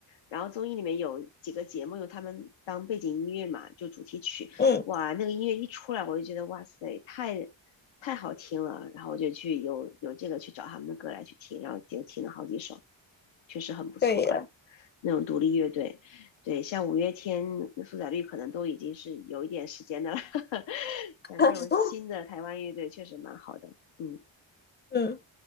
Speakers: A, on the left (about 70°); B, on the left (about 20°).
A: 然后综艺里面有几个节目用他们当背景音乐嘛，就主题曲。
B: 嗯，
A: 哇，那个音乐一出来，我就觉得哇塞，太太好听了。然后我就去有有这个去找他们的歌来去听，然后也听了好几首，确实很不错啊。
B: 对的，
A: 那种独立乐队，对，像五月天、苏打绿可能都已经是有一点时间的了。<laughs> 像这种新的台湾乐队确实蛮好的，
B: <laughs>
A: 嗯。
B: 嗯，